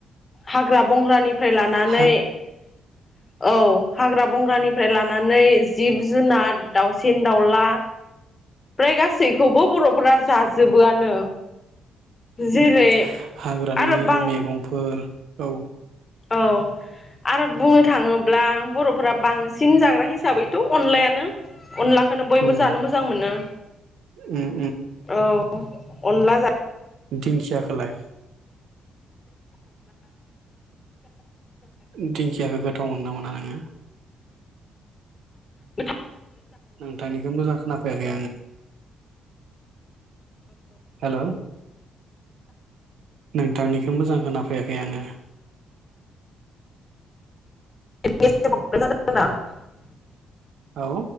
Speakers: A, on the left; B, on the right.
A: हाग्रा बंग्रानिफ्राय लानानै
B: हा
A: औ। हाग्रा बंग्रानिफ्राय लान नानै जिब जुनार दाउसिन दाउला ओमफ्राय गासैखौबो बर'फोरा जाजोबोआनो जेरै
B: उम हाग्रानि
A: आरो बां
B: मैगंफोर औ।
A: औ आरो बुंनो थाङोब्ला बर'फ्रा बांसिन जाग्रा हिसाबैथ' अनलायानो अनला थानो बैबो
B: उम
A: जानो मोजां मोनो
B: उम
A: औ अ अनला जा
B: दिंखियाखोलाय दिंखियाखौ गोथाव मोनना मोना नोङो?
A: <unintelligible>
B: नोंथांनिखौ मोजां खोनाफैयाखै आङो। हेल'। नोंथांनिखौ मोजां खा फैयाखै आङो।
A: <unintelligible>
B: औ।